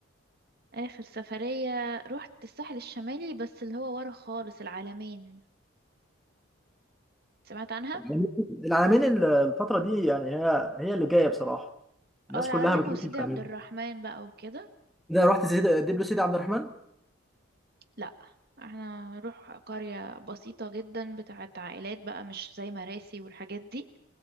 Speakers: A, on the right; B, in the centre.
A: آخر سفرية روحت الساحل الشمالي بس اللي هو ورا خالص العلمين سمعت عنها؟
B: العلمين العلمين الفتره دي يعني هي هي اللي جايه بصراحه الناس
A: اه العلمين
B: كلها بتروح
A: وسيدي
B: العلمين
A: عبد الرحمن بقى وكده
B: ده رحت سيدي دبلو سيدي عبد الرحمن
A: لا احنا نروح قرية بسيطة جدا بتاعت عائلات بقى مش زي مراسي والحاجات دي